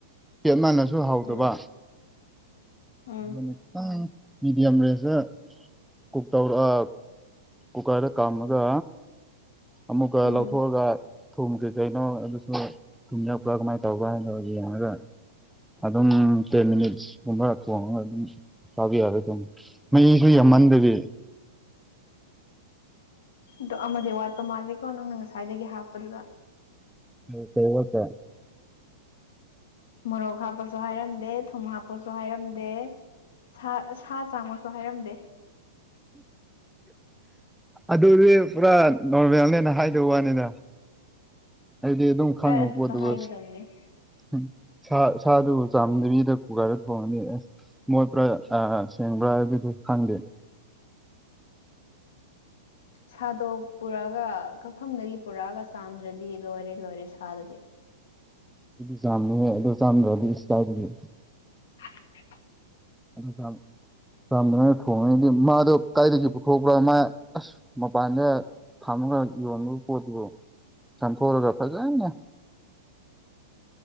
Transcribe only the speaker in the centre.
ꯄꯦꯠꯃꯟꯅꯁꯨ ꯍꯥꯎꯗꯕ
ꯑꯗꯨꯅꯤꯇꯥ ꯃꯤꯗꯤꯌꯝ ꯔꯦꯁ ꯀꯨꯛ ꯇꯧꯔꯣ <unintelligible> ꯀꯨꯀꯔꯗ ꯀꯥꯝꯃꯒ ꯑꯃꯨꯛꯀ
ꯂꯧꯊꯣꯑꯒ ꯊꯨꯝ ꯀꯩ ꯀꯩꯅꯣ ꯑꯗꯨꯁꯨ ꯊꯨꯝꯌꯥꯛꯄ꯭ꯔꯥ ꯀꯃꯥꯏꯅ ꯇꯧꯕ꯭ꯔꯥ ꯍꯥꯏꯅꯣ ꯌꯦꯡꯉꯒ ꯑꯗꯨꯝ ꯇꯦꯟ ꯃꯤꯅꯤꯠꯀꯨꯝꯕ ꯊꯣꯡꯉꯒ ꯑꯗꯨꯝ ꯆꯥꯕ ꯌꯥꯔꯦ ꯑꯗꯨꯝ ꯃꯍꯤꯁꯨ ꯌꯥꯝꯃꯟꯗꯕꯤ
<unintelligible>
ꯑꯗꯨꯗꯤ ꯄꯨꯔꯥ ꯅꯣꯔꯃꯦꯜꯅꯦꯅ ꯍꯥꯏꯗꯕ ꯋꯥꯅꯤꯗ ꯑꯩꯗꯤ ꯑꯗꯨꯝ ꯈꯪꯉꯕ
ꯄꯣꯠꯕꯨ
ꯑꯁ ꯎꯝ ꯁꯥ ꯁꯥꯗꯨꯕꯨ ꯆꯥꯝꯗꯕꯤꯗ ꯀꯨꯀꯔꯗ ꯊꯣꯡꯉꯅꯤ ꯑꯁ ꯃꯣꯏ ꯄꯨꯔꯥ ꯁꯦꯡꯕ꯭ꯔꯥ ꯑꯗꯨꯗꯨ ꯈꯪꯗꯦ
ꯆꯥꯝꯃꯦꯍꯦ ꯑꯗꯨ ꯆꯥꯝꯗ꯭ꯔꯗꯤ ꯏꯁ ꯀꯥꯏꯗꯒꯤ
ꯑꯗꯨꯒ ꯆꯥꯝꯗꯅꯅ ꯊꯣꯡꯉꯗꯤ ꯃꯥꯗꯣ ꯀꯗꯥꯥꯏꯗꯒꯤ ꯄꯨꯊꯣꯛꯄ꯭ꯔꯥ ꯃꯥꯥꯏ ꯑꯁ ꯃꯄꯥꯟꯗꯥ ꯊꯝꯃꯒ ꯌꯣꯟꯕ ꯄꯣꯠꯇꯨꯕꯨ ꯆꯥꯝꯊꯣꯛꯑꯒ ꯐꯖꯅꯥ